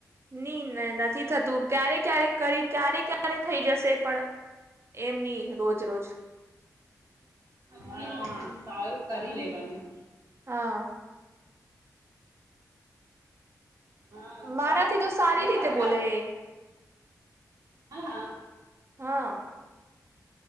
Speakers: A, on the right; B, on the right.
A: નઈ ન નથી થતું ક્યારે ક્યારે કરી ક્યારે ક્યારે થઈ જશે પણ એમની રોજ રોજ
B: હા સારું કરી લેવાનું
A: હા
B: હા
A: મારાથી
B: તારા..
A: તો સારી રીતે બોલે
B: હા
A: હા